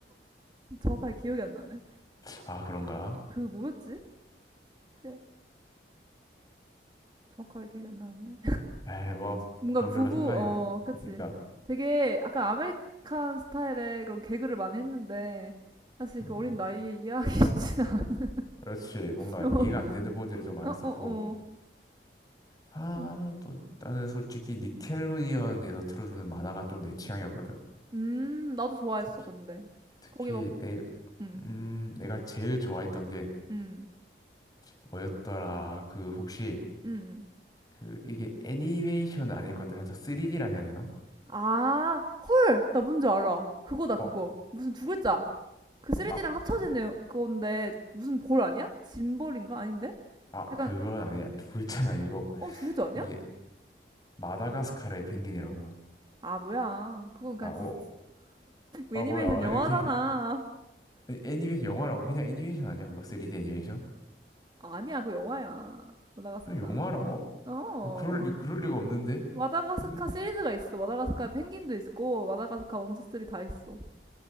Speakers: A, on the right; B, on the left.
A: 정확하게 기억이 안 나네.
B: 아 그런가?
A: 그 뭐였지? 네, 정확하게 기억이 안 나는데.
B: 에이 뭐
A: 뭔가
B: 그건
A: 부부,
B: 별로 상관이
A: 어,
B: 없러니까
A: 그치. 되게 약간 아메리칸 스타일의 그런 개그를 많이 했는데, 사실
B: 음
A: 그 어린 나이에 이해하기 <laughs> 쉽진 않죠.
B: 그렇지 뭔가
A: <laughs> 어,
B: 이해가 안 되는 부분들이 좀 많았었고.
A: 어, 어.
B: 아,
A: 좀,
B: 또 나는 솔직히 니켈로디언에서 틀어주는 만화가 좀 내 취향이었거든.
A: 음, 나도 좋아했어,
B: 특히
A: 근데.
B: 특히
A: 거기 막,
B: 내
A: 음,
B: 음, 내가 제일 좋아했던 게
A: 음,
B: 뭐였더라? 그 혹시
A: 음. 음.
B: 그 이게 애니메이션은 아닐 건데 살짝 3D라 해야 되나?
A: 아, 헐! 나 뭔지 알아. 그거다,
B: 어,
A: 그거. 무슨 두 글자. 그 3D랑
B: 아,
A: 합쳐진 내용, 그건데, 무슨 볼 아니야? 짐볼인가? 아닌데?
B: 아, 그건
A: 약간,
B: 아니야. 둘째 <laughs> 아니고
A: 어, 두 글자 아니야?
B: 이게 마다가스카르의 펭귄이라고.
A: 아, 뭐야. 그건 그냥
B: 아, 어,
A: 디-
B: 아
A: 애니메이션
B: 뭐야? 아,
A: 영화잖아.
B: 이렇게 <laughs> 애니메이션 영화라고 그냥 애니메이션 아니야? 그거 3D 애니메이션?
A: 아니야, 그 영화야. 마다가스카.
B: 그럼 영화라고?
A: 어.
B: 어, 그럴 리 그럴 리가 없는데.
A: 마다가스카
B: 분명-
A: 시리즈가 있어. 마다가스카 펭귄도 있고, 마다가스카 스 2, 이다 있어.